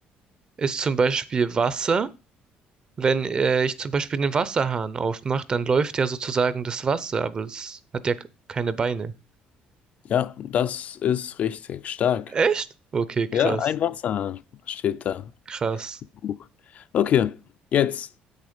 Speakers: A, on the right; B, on the left.
A: ist zum Beispiel Wasser. Wenn äh, ich zum Beispiel den Wasserhahn aufmache, dann läuft ja sozusagen das Wasser, aber es hat ja k- keine Beine.
B: Ja, das ist richtig. Stark.
A: Echt? Okay, krass,
B: Ja, ein Wasserhahn steht da.
A: krass.
B: Buch. Okay, jetzt